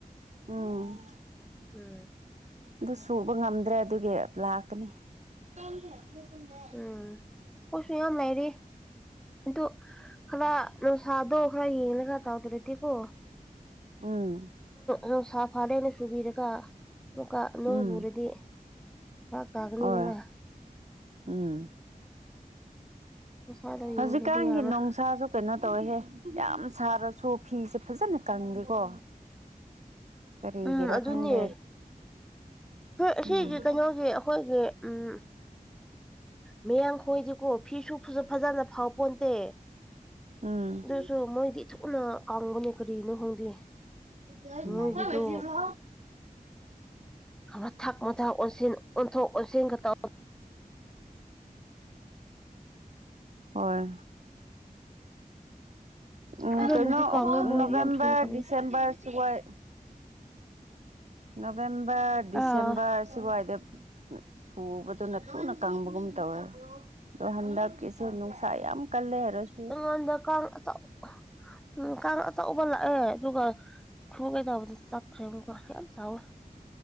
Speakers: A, on the right; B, in the centre.
A: ꯎꯝ
B: ꯎꯝ
A: ꯑꯗꯨ ꯁꯨꯕ ꯉꯝꯗ꯭ꯔꯦ ꯑꯗꯨꯒꯤ ꯂꯥꯛꯀꯅꯤ <unintelligible>
B: ꯎꯝ ꯄꯣꯠꯁꯨ ꯌꯥꯝ ꯂꯩꯔꯤ ꯑꯗꯨ ꯈꯔ ꯅꯨꯡꯁꯥꯗꯣ ꯈꯔ ꯌꯦꯡꯉ ꯈꯔ ꯇꯧꯗ꯭ꯔꯦꯗꯤꯀꯣ
A: ꯎꯝ
B: ꯅꯨꯡꯁꯥ ꯐꯥꯅꯦꯅ ꯁꯨꯕꯤꯔꯒ ꯑꯇꯨꯀꯥ ꯅꯣꯡ
A: ꯎꯝ
B: ꯆꯨꯔꯗꯤ ꯐꯔꯥꯛ ꯇꯥꯒꯅꯤꯗꯅ
A: ꯍꯣꯏ ꯎꯝ
B: ꯅꯨꯡꯁꯥꯗꯣ
A: ꯍꯧꯖꯤꯛꯀꯥꯟꯒꯤ
B: ꯌꯦꯡꯗ꯭ꯔꯗꯤ ꯌꯥꯔꯣꯏ
A: ꯅꯨꯡꯁꯥꯁꯨ ꯀꯩꯅꯣ ꯇꯧꯋꯦꯍꯦ ꯌꯥꯝ ꯁꯥꯔꯁꯨ ꯐꯤꯁꯦ ꯐꯖꯅ ꯀꯪꯗꯦꯀꯣ ꯀꯔꯤꯒꯤꯔꯥ
B: ꯎꯝ ꯑꯗꯨꯅꯦ
A: ꯈꯪꯗꯦ
B: ꯑꯁꯤꯒꯤ
A: ꯎꯝ
B: ꯀꯩꯅꯣꯒꯤ ꯑꯩꯈꯣꯏꯒꯤ ꯎꯝ ꯃꯌꯥꯡ ꯈꯣꯏꯗꯤꯀꯣ ꯐꯤꯁꯨ ꯐꯖꯅ ꯐꯥꯎ ꯄꯣꯟꯇꯦ
A: ꯎꯝ
B: ꯑꯗꯨꯁꯨ ꯃꯣꯏꯗꯤ ꯊꯨꯅ ꯀꯪꯕꯅꯤ ꯀꯔꯤꯅꯣ ꯈꯪꯗꯦ
A: ꯎꯝ
B: ꯃꯣꯏꯒꯤꯗꯣ
A: <unintelligible>
B: ꯃꯊꯛ ꯃꯊꯥ ꯑꯣꯟꯁꯤꯟ ꯑꯣꯟꯊꯣꯛ ꯑꯣꯟꯁꯤꯟꯒ ꯇꯧ
A: ꯍꯣꯏ ꯎꯝ
B: ꯐꯖꯅꯗꯤ
A: ꯀꯩꯅꯣ
B: ꯀꯪꯉꯦ
A: ꯑꯣꯛ
B: ꯃꯣꯏꯗꯤ
A: ꯅꯚꯦꯝꯕꯔ
B: ꯌꯥꯝ ꯊꯨꯅ ꯀꯪꯕꯅꯦ
A: ꯗꯤꯁꯦꯕꯔ ꯁꯨꯋꯥꯏ ꯅꯕꯦꯝꯕꯔ ꯗꯤꯁꯦꯝꯕꯔ
B: ꯑꯥ
A: ꯁꯨꯋꯥꯏꯗ ꯁꯨꯕꯗꯨꯅ ꯊꯨꯅ ꯀꯪꯕꯒꯨꯝ ꯇꯧꯋꯦ ꯑꯗꯣ ꯍꯟꯗꯛꯀꯤꯁꯤ ꯁꯤ ꯅꯨꯡꯁꯥ ꯌꯥꯝ ꯀꯜꯂꯦ ꯍꯥꯏꯔꯁꯨ
B: ꯁꯣꯟꯗ ꯀꯥꯡ ꯑꯆꯧ ꯎꯝ ꯀꯥꯡ ꯑꯆꯧꯕ ꯂꯥꯛꯑꯦ ꯑꯗꯨꯒ ꯈ꯭ꯔꯨꯒꯩ ꯇꯧꯕꯗ ꯆꯥꯛ <unintelligible> ꯌꯥꯝ ꯆꯥꯎꯋꯦ